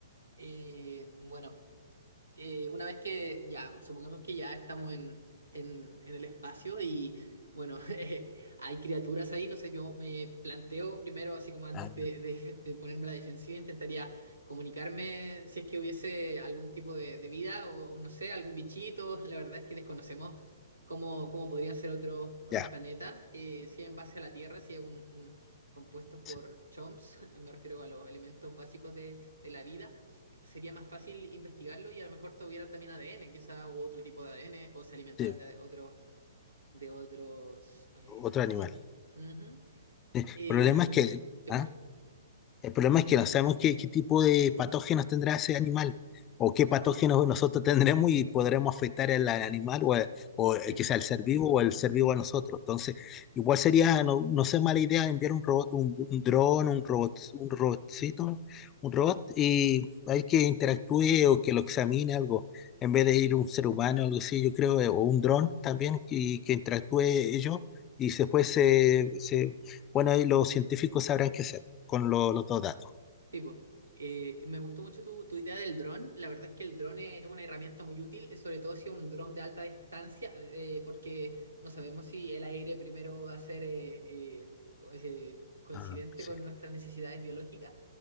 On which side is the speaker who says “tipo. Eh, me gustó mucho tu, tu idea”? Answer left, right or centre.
Right